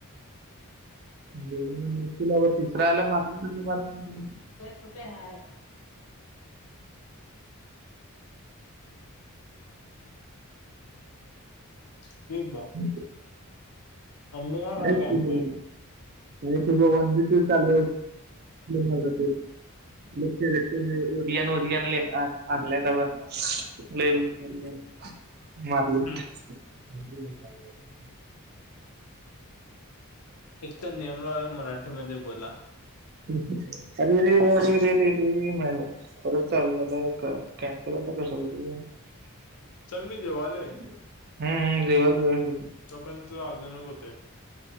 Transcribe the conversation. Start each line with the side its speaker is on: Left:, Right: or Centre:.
Right: <unintelligible>
Left: कुठे हाय? ठीक बा.
Right: <inaudible>
Left: आंबे
Right: <inaudible>
Left: खाणार का आंबे
Right: तूज वन वीक ते चालू हायते <unintelligible> <unintelligible> मारलीत.
Left: हम्म
Right: <unintelligible>
Left: एक तर नियम ला आहे, मराठीमध्ये बोला.
Right: ह्म हम्. अरे रे अरे रे रे रे म्हलं परत चालू झालं आता, कॅन्सल आता कसं करू? <inaudible>
Left: चल नी जेवाले.
Right: हम्म ह्म जेवा जेवा की.
Left: तोपर्यंत, अजून एक होतय.